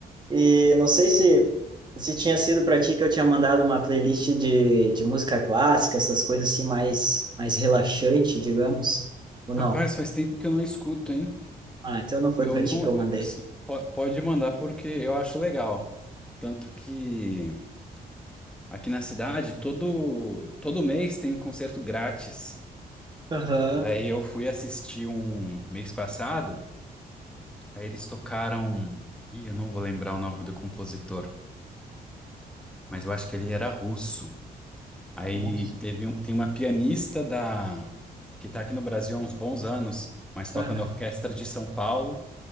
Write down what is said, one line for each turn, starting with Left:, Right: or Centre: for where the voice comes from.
Right: e não sei se se tinha sido para ti que eu tinha mandado uma playlist de, de música clássica, essas coisas assim mais mais relaxante, digamos, ou não?
Centre: rapaz, faz tempo que eu não escuto, hein?
Right: Ah, então não foi
Centre: Eu
Right: para
Centre: não.
Right: ti que eu
Centre: eu-
Right: mandei.
Centre: se- po- pode mandar porque eu acho legal. Tanto que aqui na cidade, todo, todo mês tem um concerto grátis.
Right: Aham.
Centre: Daí eu fui assistir um mês passado, aí eles tocaram. Ih, eu não vou lembrar o nome do compositor, mas eu acho que ele era russo. Aí
Right: Nossa.
Centre: teve um, tem uma pianista da, que tá aqui no Brasil há uns bons anos, mas toca
Right: Aham.
Centre: na Orquestra de São Paulo.